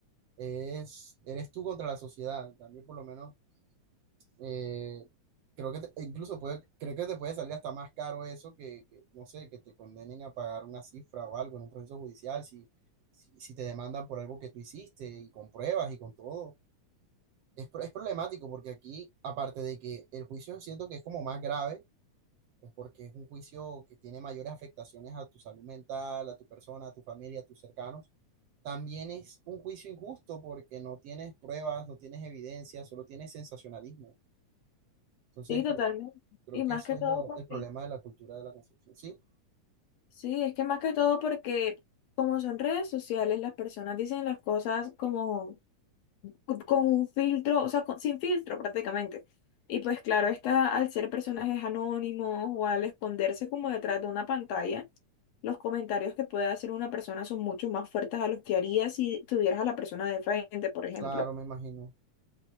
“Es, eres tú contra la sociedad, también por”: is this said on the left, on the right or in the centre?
Right